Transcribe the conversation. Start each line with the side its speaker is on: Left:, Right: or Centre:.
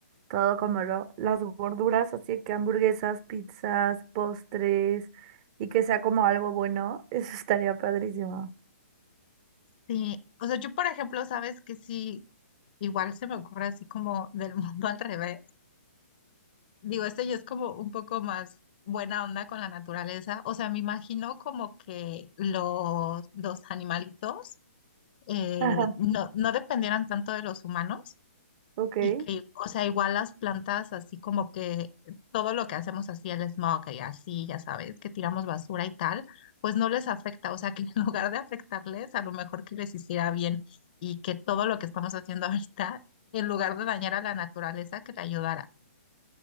Right: todo como lo, las gorduras, así que hamburguesas, pizzas, postres y que sea como algo bueno. <laughs> Eso estaría padrísimo.
Left: Sí, o sea, yo por ejemplo, sabes que sí, igual se me ocurre así como del <laughs> mundo al revés. Digo, este ya es como un poco más buena onda con la naturaleza. O sea, me imagino como que los, los animalitos eh,
Right: Ajá,
Left: no, no dependieran tanto de los humanos
Right: ok.
Left: y que, o sea, igual las plantas, así como que todo lo que hacemos así, el smog y así, ya sabes, que tiramos basura y tal, pues no les afecta. O sea, que <laughs> en lugar de afectarles, a lo mejor que les hiciera bien y que todo lo que estamos haciendo ahorita, en lugar de dañar a la naturaleza, que le ayudara.